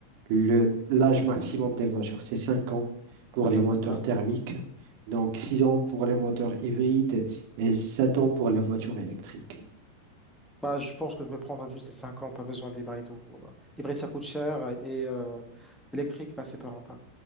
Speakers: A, on the right; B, in the centre.
A: le, l'âge maximum des voitures, c'est 5 ans pour
B: Ça,
A: les
B: c'est
A: moteurs
B: pas grave.
A: thermiques, donc 6 ans pour les moteurs hybrides et 7 ans pour les voitures électriques.
B: Bah, je pense que je vais prendre juste les 5 ans, pas besoin d'hybride. Ou... L'hybride, ça coûte cher et euh, électrique, bah, c'est pas rentable.